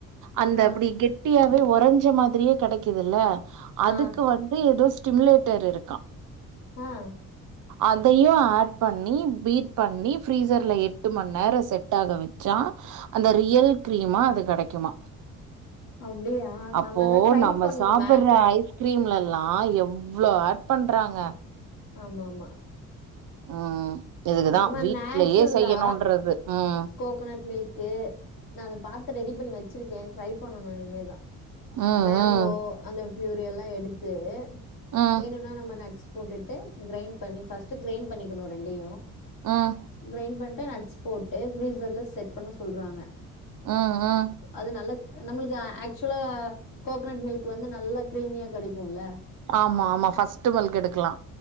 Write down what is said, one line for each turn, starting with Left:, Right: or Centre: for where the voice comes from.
Right: அந்த
Left: ஆ
Right: அப்டி கெட்டியா வே உறஞ்ச மாதிரியே கெடைக்குதுல்ல அதுக்கு
Left: ஆ
Right: வந்து ஏதோ ஸ்டிமுலேட்டர் இருக்கா
Left: அஹ்
Right: அதையு ஆட் பண்ணி பீட் பண்ணி ஃப்ரீசர்ல எட்டு மண் நேரோ செட் ஆக வச்சா அந்த ரியல் கிரீமா அது கெடைக்குமா
Left: அப்டியா
Right: அப்போ
Left: நம்ம தா ட்ரை
Right: நம்ம
Left: பண்ணு
Right: சாப்பட்ற
Left: மேங்கோ
Right: ஐஸ்கிரீம்ல லா எவ்ளோ ஆட் பண்றாங்க
Left: ஆமா ஆமா
Right: உம் இதுக்குதா
Left: நம்ம
Right: வீட்லயே
Left: நேச்சுரலா
Right: செய்யணுன்றது உம்
Left: கோகனட் மில்க்கு நா அத பாத்து ரெடி பண்ணி வச்சிருக்கே ட்ரை பண்ணணு இனிமேதா
Right: ம்
Left: மேங்கோ
Right: ம்
Left: அந்த ஃப்யூரி எல்லா எடுத்து
Right: ம்
Left: வேணும்னா நம்ம நட்ஸ் போட்டுட்டு கிரைண்ட் பண்ணி ஃபர்ஸ்ட் கிரைண்ட் பண்ணிக்கணு ரெண்டையு
Right: ம்
Left: கிரைண்ட் பண் டு நட்ஸ் போட்டு ஃப்ரீசர்ல செட் பண்ண சொல்றாங்க
Right: ஆ ஆ
Left: அது நல்லா நம்மளுக்கு ஆக்சுவலா கோகனட் மில்க் வந்து நல்லா கிரீமியா கெடைக்கும்ல
Right: ஆமா ஆமா ஃபர்ஸ்ட்டு மில் எடுக்கலா